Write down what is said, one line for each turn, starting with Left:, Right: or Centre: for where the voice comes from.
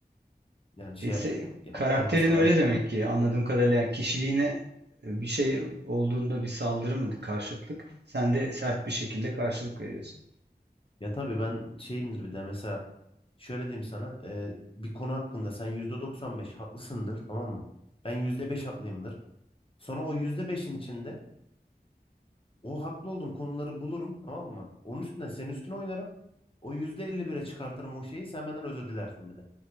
Left: Yani şey
Right: Neyse
Left: yap- yaptırmasalar.
Right: karakterin öyle demek ki anladığım kadarıyla yani kişiliğine e, bir şey olduğunda bir saldırı mı karşıtlık? Sen de sert bir şekilde karşılık veriyorsun.
Left: Ya tabii ben şeyimdir bir de mesela şöyle diyeyim sana e, bir konu hakkında sen %95 haklısındır tamam mı? Ben %5 haklıyımdır. Sonra o yüzde beşin içinde o haklı olduğum konuları bulurum tamam mı? Onun üstüne senin üstüne oynarım. O %51'e çıkartırım o şeyi sen benden özür dilersin bir de.